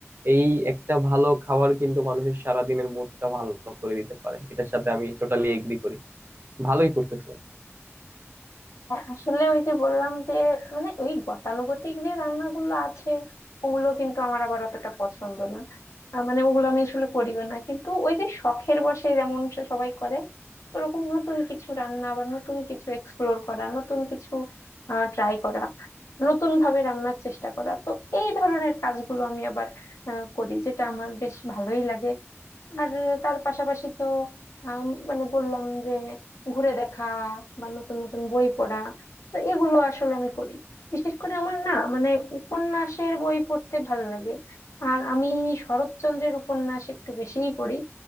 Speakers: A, on the right; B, on the left.
A: এই একটা ভালো খাবার কিন্তু মানুষের সারাদিনের মুডটা ভালো করে দিতে পারে এটার সাথে আমি টোটালি এগ্রি করি ভালোই করতেছো
B: হ্যাঁ, আসলে ওই যে বললাম যে মানে ওই গতানুগতিক যে রান্নাগুলো আছে ওগুলো কিন্তু আমার আবার অতটা পছন্দ না আহ, মানে ওগুলো আমি আসলে করিও না কিন্তু ওই যে শখের বশে যেমন সে সবাই করে ওরকম নতুন কিছু রান্না বা নতুন কিছু এক্সপ্লোর করা নতুন কিছু ট্রাই করা নতুন ভাবে রান্নার চেষ্টা করা তো এই ধরনের কাজগুলো আমি আবার আহ, করি যেটা আমার বেশ ভালোই লাগে আর তার পাশাপাশি তো আম, মানে বললাম যে ঘুরে দেখা বা নতুন নতুন বই পড়া তো এগুলো আসলে আমি করি বিশেষ করে আমার না মানে উপন্যাসের বই পড়তে ভালো লাগে আর আমি শরৎচন্দ্রের উপন্যাস একটু বেশিই পড়ি